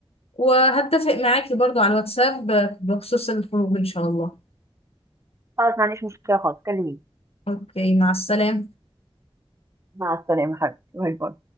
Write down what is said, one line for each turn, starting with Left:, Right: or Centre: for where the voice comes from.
Left: وهتفق معاكي برضو على الواتساب بخصوص الخروج إن شاء الله
Right: خلاص ما عنديش مشكلة خالص كلميني
Left: أوكي مع السلامة
Right: مع السلامة حبيبتي باي باي